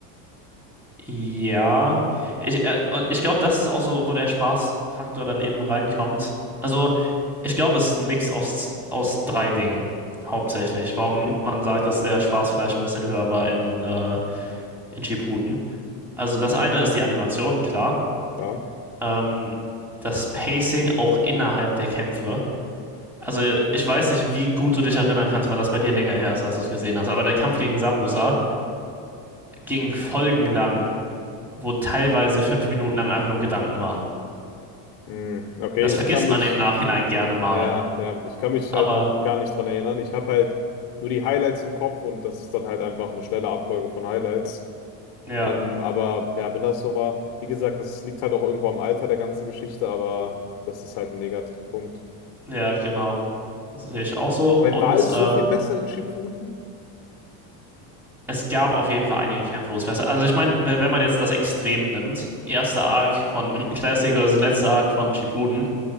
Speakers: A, in the centre; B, on the left (about 65°).
A: ja. Ich, äh, und ich glaube, das ist auch so, wo der Spaßfaktor dann eben reinkommt. Also, ich glaube, es ist ein Mix aus, aus drei Dingen. Hauptsächlich, warum
B: Mhm,
A: man sagt, dass der Spaß vielleicht ein bisschen höher war in, äh, in Shippuden. Also das eine ist die Animation, klar.
B: klar,
A: ähm, das Pacing auch innerhalb der Kämpfe. Also ich weiß nicht, wie gut du dich erinnern kannst, weil das bei dir länger her ist, dass du es gesehen hast. Aber der Kampf
B: ja.
A: gegen Sabusa ging folgenlang, wo teilweise fünf Minuten lang einfach nur Gedanken waren.
B: Mhm, okay,
A: Das
B: ich
A: vergisst
B: kann mich,
A: man im Nachhinein gerne mal.
B: ja, ja, ich kann mich
A: Aber
B: halt auch gar nicht dran erinnern. Ich habe halt nur die Highlights im Kopf und das ist dann halt einfach eine schnelle Abfolge von Highlights.
A: ja,
B: Ähm, aber ja, wenn das so war, wie gesagt, das liegt halt auch irgendwo am Alter der ganzen Geschichte, aber das ist halt ein Negativpunkt.
A: ja, genau. Das sehe ich auch so.
B: Weil
A: Und
B: war es
A: äh,
B: so viel besser in Shippuden?
A: es gab auf jeden Fall einige Kämpfe, wo es besser. Also ich meine, wenn man jetzt das Extrem nimmt, erster Arc von <laughs> Classic versus letzter Arc von Shippuden,